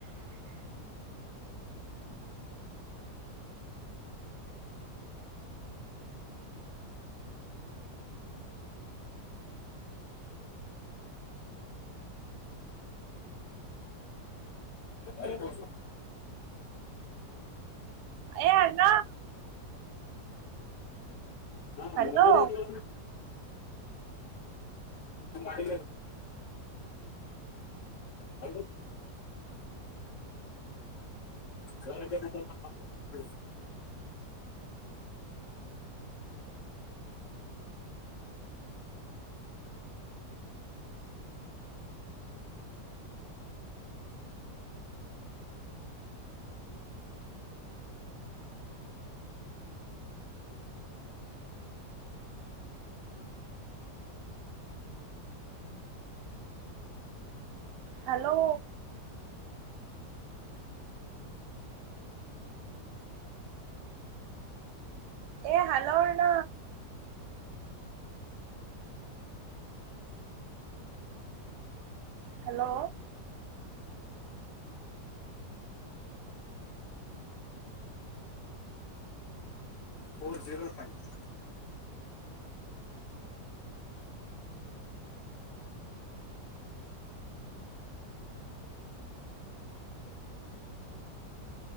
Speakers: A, on the left; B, on the right.
A: ಅರಿ ಬ
B: ಏ ಅಲ್ಲ
A: ಹಾ
B: ಹಲೋ
A: ಮದನ ಮಾಡ ಅ <unintelligible>
B: ಹಲೋ ಏ ಹಲೋ ಅಣ್ಣ ಹಲೋ
A: <unintelligible>